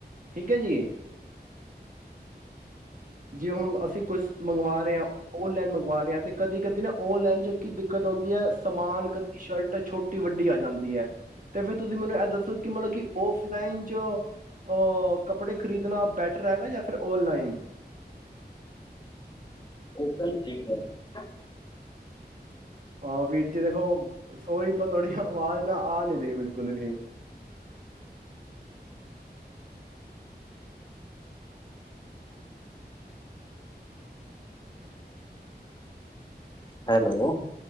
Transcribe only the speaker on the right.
ਠੀਕ ਹੈ ਜੀ, ਜੀ ਹੁਣ ਅਸੀ ਕੁਸ ਮੰਗਵਾ ਰਹੇ ਹਾਂ, ਔਨਲਾਈਨ ਮੰਗਵਾ ਰਹੇ ਹਾਂ, ਤੇ ਕਦੀ-ਕਦੀ ਨਾ ਔਨਲਾਈਨ ਚ ਕਿ ਦਿੱਕਤ ਆਂਦੀ ਏ ਸਮਾਨ ਕਦੀ ਸ਼ਲਟ ਛੋਟੀ-ਵੱਡੀ ਆ ਜਾਂਦੀ ਏ। ਤੇ ਫੇਰ ਤੁਸੀਂ ਮੈਨੂੰ ਏ ਦੱਸੋ ਕਿ ਮਲਬ ਕੀ ਔਫਲਾਈਨ ਚ ਅ ਕੱਪੜੇ ਖਰੀਦਣਾ ਬੈਟਰ ਹੈਗਾ ਯਾ ਫਿਰ ਔਨਲਾਈਨ?
ਆ, ਵੀਰ ਜੀ ਦੇਖੋ ਸੋਰੀ ਪਰ ਤੁਹਾਡੀ ਆਵਾਜ਼ ਨਾ ਆ ਨਹੀ ਰਹੀ ਬਿਲਕੁਲ ਵੀ।